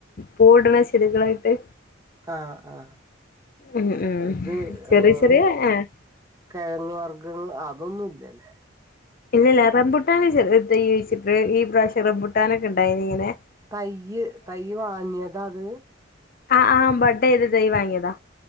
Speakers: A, on the left (about 45°); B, on the right (about 15°).
A: പൂവിടണെ ചെടികളായിട്ട്
B: ആഹ് ആഹ്
A: ഉം ഉം
B: ഇത്
A: ചെറിയ
B: ആഹ്
A: ചെറിയ ആഹ്
B: കെഴങ്ങ് വർഗ്ഗങ്ങ് അതൊന്നുല്ലല്ലേ
A: ഇല്ല ല്ല റമ്പുട്ടാൻ ഒരു ചെറിയ തൈ കുഴിച്ചിട്ട് ഈ പ്രാശ്യം റംബുട്ടാനൊക്കെ ഉണ്ടായിനിങ്ങനെ
B: തയ്യ് തെയ് വാങ്ങിയതാത്
A: ആ ആ ബഡ്ഡയത തൈ വാങ്ങിയതാ